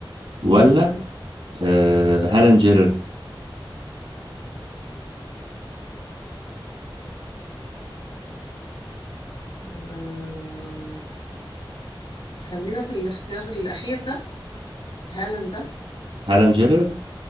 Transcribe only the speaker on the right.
ولا
آه هالان جيرارد
هالان جيرارد